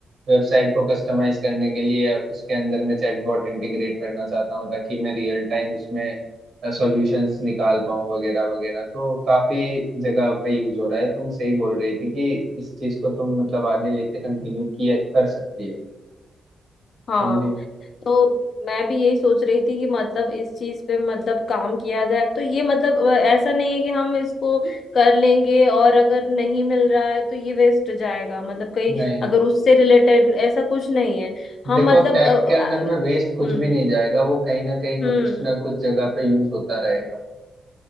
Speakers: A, on the right; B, on the left.
A: वेबसाइट को कस्टमाइज करने के लिए उसके अंदर में चैटबॉट इंटीग्रेट करना चाहता हूँ ताकि मैं रियल टाइम उसमें सॉल्यूशंस निकाल पाऊँ वगैरह वगैरह तो काफी जगह पे यूज हो रहा है तुम सही बोल रही थी कि इस चीज को तुम मतलब आगे लेके कंटिन्यू किया कर सकती हो
B: हाँ
A: समझे
B: तो मैं भी यही सोच रही थी कि मतलब इस चीज पे मतलब काम किया जाए तो ये मतलब अ, ऐसा नहीं है कि हम इसको कर लेंगे और अगर नहीं मिल रहा है तो ये वेस्ट जाएगा मतलब कहीं
A: नहीं
B: अगर उससे रिलेटेड ऐसा कुछ नहीं है हम
A: देखो
B: मतलब
A: टैग
B: अ,
A: के अंदर में
B: अ,
A: वेस्ट कुछ
B: हम्म
A: भी नहीं जाएगा वो कहीं ना कहीं
B: हम्म
A: कुछ ना कुछ जगह पे यूज होता रहेगा